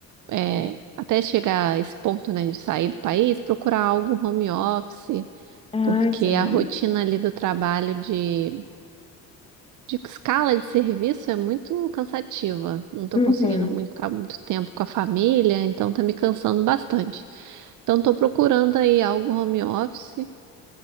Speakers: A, on the right; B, on the left.
A: é, até chegar a esse ponto, né, de sair do país, procurar algo home office,
B: Ah,
A: porque
B: sim.
A: a rotina ali do trabalho de, de escala de serviço é muito cansativa. Não tô
B: Uhum.
A: conseguindo muito, ficar muito tempo com a família, então tá me cansando bastante. Então, estou procurando aí algo home office